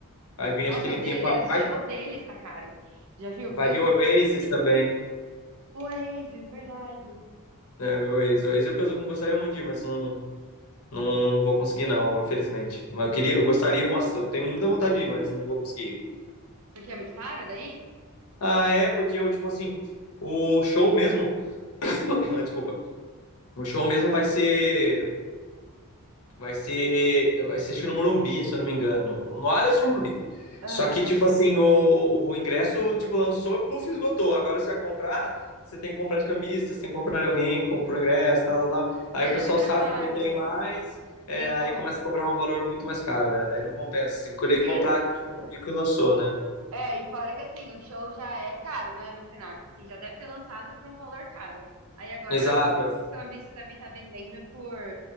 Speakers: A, on the left; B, on the right.
A: Aí vem,
B: Nossa,
A: acho que Linkin
B: o dele,
A: Park.
B: o show deles tá caro. Já viu
A: Vai
B: o preço?
A: vir Oasis também.
B: O Oasis, verdade.
A: É, meu Oasis. Oasis é uma coisa que eu gostaria muito de ir, mas não, não, não vou conseguir, não, infelizmente. Mas eu queria, eu gostaria, nossa, eu tenho muita vontade de ir, mas não vou conseguir.
B: Porque é muito caro daí?
A: Ah, é, porque eu, tipo assim, o show mesmo. <laughs> Desculpa. O show
B: Tudo bem.
A: mesmo vai ser Vai ser, vai ser acho que no Morumbi, se eu não me engano. No Allianz ou no Morumbi.
B: Aham.
A: Só que, tipo assim, o, o ingresso, tipo, lançou, puf, esgotou. Agora você vai comprar, você tem que comprar de cambista, você tem que comprar de alguém que comprou o ingresso, tal, tal, tal. Aí
B: Meu,
A: o
B: dá
A: pessoal
B: muita
A: sabe
B: raiva.
A: que não tem mais, é,
B: E aí,
A: aí
B: como.
A: começa a cobrar um valor muito mais caro, né? Daí não compensa. Você tem que
B: E
A: comprar
B: assim,
A: de que lançou, né?
B: é, e fora que assim, o show já é caro, né? No final, tipo assim, já deve ter lançado por um valor caro. Aí agora
A: Exato,
B: os,
A: é.
B: os cambistas devem estar vendendo por,